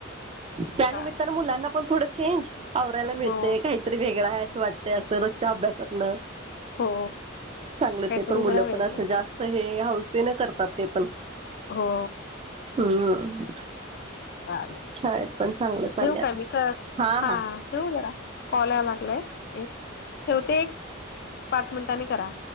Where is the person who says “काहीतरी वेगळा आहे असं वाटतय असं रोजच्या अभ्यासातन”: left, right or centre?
Right